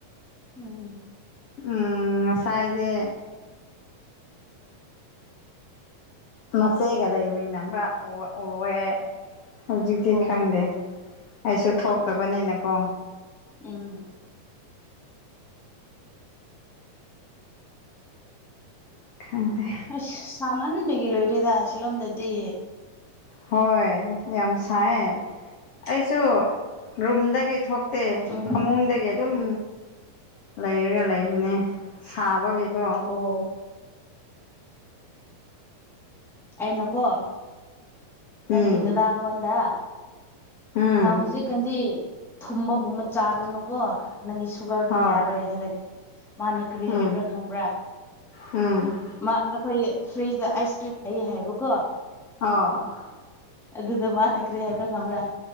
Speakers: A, in the centre; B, on the left.
A: ꯎꯝ
B: ꯎ ꯉꯁꯥꯏꯗꯦ ꯃꯆꯦꯒ ꯂꯩꯃꯤꯟꯅꯕ ꯎꯔ ꯌꯥ ꯍꯧꯖꯤꯛꯇꯤ
A: ꯑꯣ
B: ꯈꯪꯗꯦ ꯑꯩꯁꯨ ꯊꯣꯛꯇꯕꯅꯤꯅꯀꯣ
A: ꯑꯧ ꯎꯝ
B: ꯈꯪꯗꯦ
A: ꯑꯁ ꯁꯥꯝꯃꯟꯕꯒꯤ ꯂꯣꯏꯔꯦꯗ ꯁꯤꯂꯣꯝꯗꯗꯤ
B: ꯍꯣꯏ ꯌꯥꯝ ꯁꯥꯏ ꯑꯩꯁꯨ ꯔꯨꯝꯗꯒꯤ ꯊꯣꯛꯇꯦ
A: ꯎꯝ
B: ꯐꯃꯨꯡꯗꯒꯤ ꯑꯗꯨꯝ ꯂꯩꯔꯒ ꯂꯩꯕꯅꯦ ꯁꯥꯕꯒꯤꯀꯣ
A: ꯑꯣ ꯑꯩꯅꯀꯣ ꯅꯪꯒꯤ
B: ꯎꯝ
A: ꯊꯥꯗꯥ ꯑꯉ‌ꯣꯟꯗ
B: ꯎꯝ
A: ꯅꯍꯪ ꯍꯧꯖꯤꯛꯀꯥꯟꯗꯤ ꯊꯨꯝꯕꯒꯨꯝꯕ ꯆꯥꯔꯅꯨꯀꯣ ꯅꯪꯒꯤ ꯁꯨꯒꯔꯗꯨ
B: ꯍꯣꯏ
A: ꯌꯥꯔꯣꯏ ꯍꯥꯏꯔꯒꯦ ꯃꯥꯅ ꯀ꯭ꯔꯦ
B: ꯎꯝ
A: ꯍꯥꯏꯕ꯭ꯔꯥ ꯈꯪꯕ꯭ꯔꯥ
B: ꯎꯝ
A: ꯃꯥ ꯑꯩꯈꯣꯏꯒꯤ ꯐ꯭ꯔꯤꯖꯇ ꯑꯥꯏꯁ ꯀ꯭ꯔꯤꯝ ꯂꯩ ꯍꯥꯏꯕꯀꯣ
B: ꯑ
A: ꯑꯗꯨꯗ ꯃꯥꯟꯅ ꯀ꯭ꯔꯤ ꯍꯥꯏꯕ꯭ꯔꯥ ꯈꯪ꯭ꯕꯔꯥ